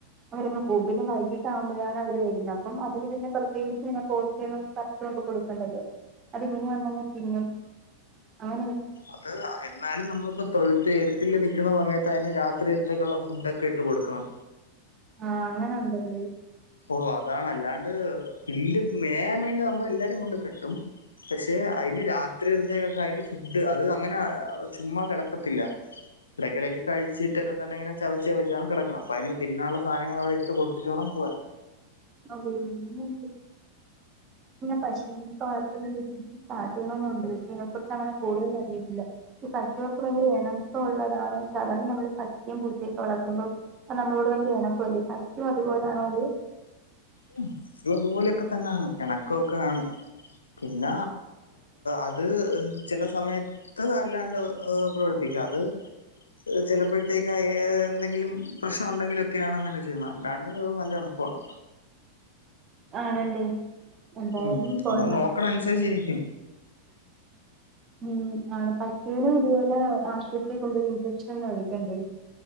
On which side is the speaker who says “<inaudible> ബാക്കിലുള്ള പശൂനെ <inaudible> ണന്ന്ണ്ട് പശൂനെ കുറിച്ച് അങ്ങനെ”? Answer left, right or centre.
Right